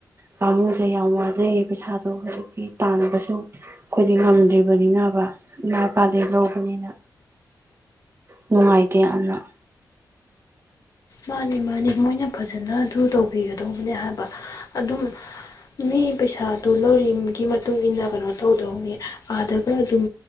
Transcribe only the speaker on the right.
ꯄꯥꯝꯃꯨꯁꯦ ꯌꯥꯝ ꯋꯥꯖꯩꯌꯦ ꯄꯩꯁꯥꯗꯣ ꯍꯧꯖꯤꯛꯇꯤ ꯇꯥꯟꯅꯕꯁꯨ ꯑꯩꯈꯣꯏꯗꯤ ꯉꯝꯗ꯭ꯔꯤꯕꯅꯤꯅꯕ ꯏꯃꯥ ꯏꯄꯥꯗꯒꯤꯩ ꯂꯧꯕꯅꯤꯅ ꯅꯨꯡꯉꯥꯏꯇꯦ ꯑꯃꯅ